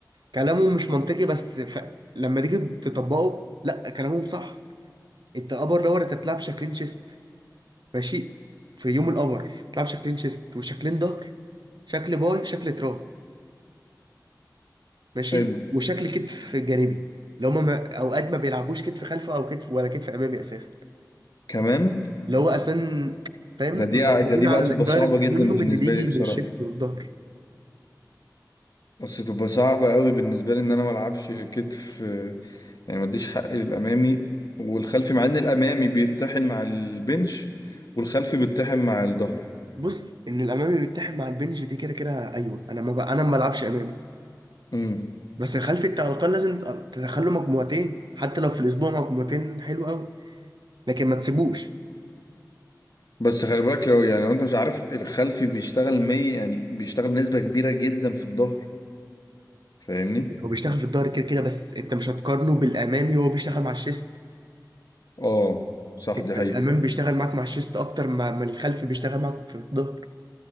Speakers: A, on the right; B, on the left.
A: كلامهم مش منطقي بس ف... لما تيجي تطبقه لا كلامهم صح انت ابر لور انت بتلعب شكلين شيست ماشي في يوم الابر بتلعب شكلين شيست وشكلين ظهر شكل باي شكل تراي ماشي
B: حلو
A: وشكل كتف جانبي اللي هما ما... اوقات ما بيلعبوش كتف خلفي او كتف ولا كتف امامي اساسا
B: كمان
A: اللي هو اساسا فاهم
B: ده دي
A: معتمدين
B: ده دي
A: على
B: بقى
A: الاندايركت
B: تبقى صعبة جدا
A: فوليوم
B: بالنسبة
A: اللي بيجي
B: لي بصراحة
A: من الشيست والظهر
B: بس تبقى صعبة قوي بالنسبة لي ان انا ما العبش كتف آه، يعني ما اديش حقي للامامي والخلفي مع ان الامامي بيتطحن مع البنش والخلفي بيتطحن مع الظهر
A: بص ان الامامي بيتحد مع البنج دي كده كده ايوه انا ما بقى انا ما بلعبش امامي
B: امم
A: بس الخلفي انت على الاقل لازم تق- تدخله مجموعتين حتى لو في الاسبوع مجموعتين حلو قوي لكن ما تسيبوش
B: بس خلي بالك لو يعني لو انت مش عارف الخلفي بيشتغل مية يعني بيشتغل بنسبة كبيرة جدا في الظهر فاهمني
A: هو بيشتغل في الظهر كده كده بس انت مش هتقارنه بالامامي وهو بيشتغل مع الشيست
B: اه صح
A: انت
B: دي حقيقة
A: الامامي بيشتغل معاك مع الشيست اكتر ما ما الخلفي بيشتغل معاك في الظهر